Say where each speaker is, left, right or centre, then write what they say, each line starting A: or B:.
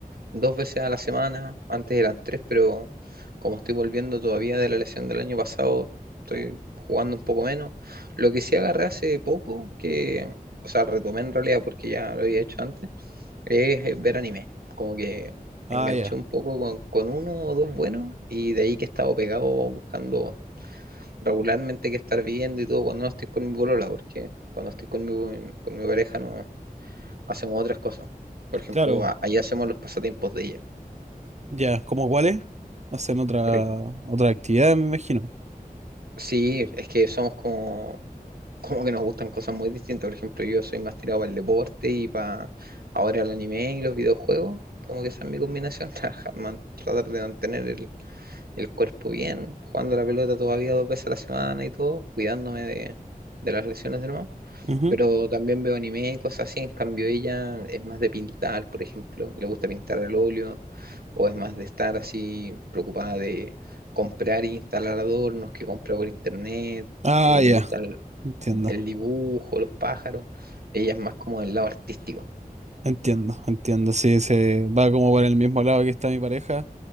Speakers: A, on the right; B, on the right.
A: dos veces a la semana. Antes eran tres, pero como estoy volviendo todavía de la lesión del año pasado, estoy jugando un poco menos. Lo que sí agarré hace poco, que, o sea, retomé en realidad porque ya lo había hecho antes, es eh, ver anime. Como que
B: Ah,
A: enganché
B: ya,
A: un poco con, con uno o dos buenos y de ahí que he estado pegado buscando regularmente que estar viendo y todo cuando no estoy con mi polola, porque cuando estoy con mi, con mi pareja no hacemos otras cosas. Por ejemplo,
B: Claro,
A: a- ahí hacemos los pasatiempos de ella.
B: Ya, ¿cómo cuáles? Hacen otra,
A: Porque-
B: otra actividad, me imagino.
A: sí, es que somos como, <laughs> como que nos gustan cosas muy distintas. Por ejemplo, yo soy más tirado para el deporte y para ahora el anime y los videojuegos. Como que esa es mi combinación, <laughs> trabajar- man- tratar de mantener el, el cuerpo bien, jugando la pelota todavía dos veces a la semana y todo, cuidándome de, de las lesiones del mamá.
B: Ujú.
A: pero también veo anime y cosas así. En cambio, ella es más de pintar, por ejemplo, le gusta pintar al óleo, o es más de estar así preocupada de comprar e instalar adornos que compra por internet,
B: Ah,
A: eh,
B: ya,
A: le gustan el,
B: entiendo,
A: el dibujo, los pájaros. Ella es más como del lado artístico.
B: entiendo, entiendo. Sí, se va como por el mismo lado que está mi pareja.